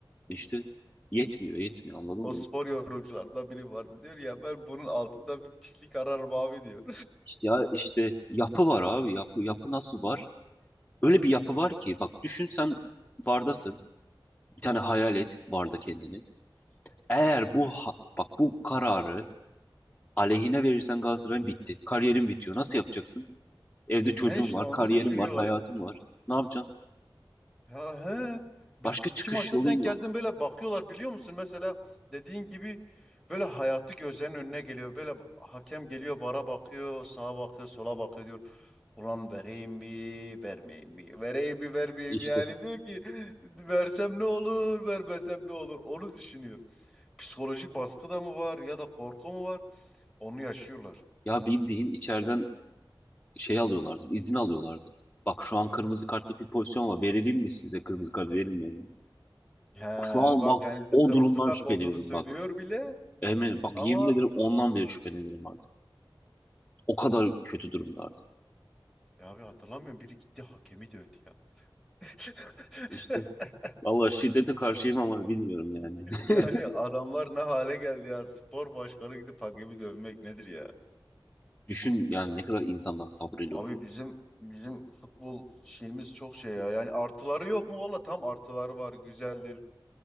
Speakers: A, on the left; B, in the centre.
A: İşte yetmiyor yetmiyor anladın
B: O
A: mı?
B: spor yorumculardan biri vardı diyor ya ben bunun altında bir pislik ararım abi diyor.
A: Ya işte yapı var abi yapı yapı nasıl var? Öyle bir yapı var ki bak düşün sen bardasın. Bir tane hayal et barda kendini. Eğer bu
B: <laughs>
A: ha- bak bu kararı aleyhine verirsen Galatasaray'ın bitti. Kariyerin bitiyor. Nasıl yapacaksın? Evde çocuğun
B: He işte
A: var,
B: onu
A: kariyerin
B: düşünüyorlar
A: var, hayatın
B: ya.
A: var. Ne yapacaksın?
B: Ya he bir,
A: Başka çıkış
B: iki maçta
A: yolun
B: denk
A: yok.
B: geldim böyle bakıyorlar biliyor musun? Mesela dediğin gibi böyle hayatı gözlerinin önüne geliyor. Böyle hakem geliyor vara bakıyor, sağa bakıyor, sola bakıyor diyor. Ulan vereyim mi, vermeyeyim mi? Vereyim mi, vermeyeyim
A: İşte
B: mi? yani diyor ki versem ne olur, vermesem ne olur? Onu düşünüyor. Psikolojik baskı da mı var ya da korku mu var? Onu yaşıyorlar.
A: ya bildiğin içeriden şey alıyorlardı, izin alıyorlardı. Bak şu an kırmızı kartlı bir pozisyon var. Verelim mi size kırmızı kart verilmiyor mu?
B: He,
A: Şu an
B: bak
A: bak
B: yani işte
A: o
B: kırmızı
A: durumdan
B: kart
A: şüpheleniyorum
B: olduğunu söylüyor
A: bak.
B: bile
A: Eminim bak
B: ama
A: yemin ederim ondan beri şüphelenirim artık. O kadar kötü durumda artık.
B: ya abi hatırlamıyorum biri gitti hakemi dövdü ya. <laughs>
A: İşte valla şiddete karşıyım ama bilmiyorum yani. <laughs>
B: Yani adamlar ne hale geldi ya. Spor başkanı gidip hakemi dövmek nedir ya?
A: Düşün yani ne kadar insanlar sabrıyla
B: Abi
A: oynuyorlar.
B: bizim bizim futbol şeyimiz çok şey ya. Yani artıları yok mu? Valla tam artıları var. Güzeldir.